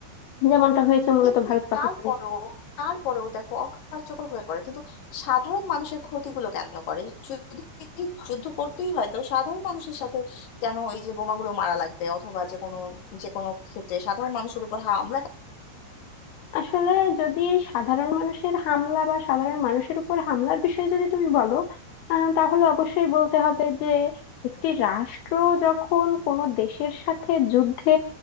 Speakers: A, on the left (about 70°); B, on the left (about 55°).
A: যেমনটা হয়েছে মূলত
B: কিন্তু
A: ভারত পাকিস্তানের
B: তারপরেও তারপরেও দেখো অকার্যকর হয়ে পড়ে কিন্তু সাধারণ মানুষের ক্ষতিগুলো কেন করে যদি যুদ্ধ করতেই হয় তো সাধারণ মানুষের সাথে কেন এই যে বোমাগুলো মারা লাগবে অথবা যে কোনো যে কোনো ক্ষেত্রে সাধারণ মানুষের উপর হামলা
A: আসলে যদি এই সাধারণ মানুষের হামলা বা সাধারণ মানুষের উপর হামলার বিষয়ে যদি তুমি বলো আহ, তাহলে অবশ্যই বলতে হবে যে একটি রাষ্ট্র যখন কোনো দেশের সাথে যুদ্ধে